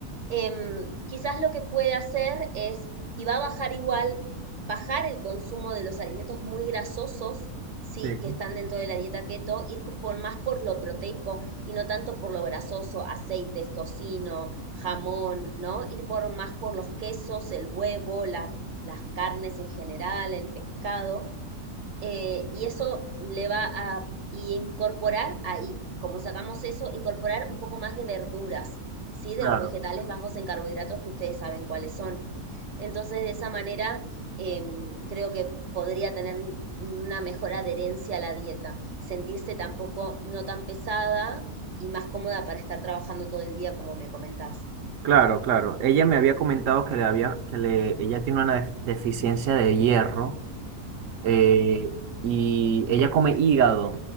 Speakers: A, on the right; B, on the right.
A: Em, quizás lo que puede hacer es, y va a bajar igual, bajar el consumo de los alimentos muy grasosos, sí,
B: Sí.
A: que están dentro de la dieta keto, ir co- por más por lo proteico y no tanto por lo grasoso, aceites, tocino, jamón, ¿no? Ir por más por los quesos, el huevo, la- las carnes en general, el pescado eh, y eso le va a y incorporar ahí, como sacamos eso, incorporar un poco más de verduras, ¿sí?
B: Claro,
A: De los vegetales bajos en carbohidratos que ustedes saben cuáles son. Entonces, de esa manera, em, creo que podría tener una mejor adherencia a la dieta, sentirse tampoco no tan pesada y más cómoda para estar trabajando todo el día, como me comentás.
B: claro, claro. Ella me había comentado que le había, que le, ella tiene una def- deficiencia de hierro. eh, y ella come hígado.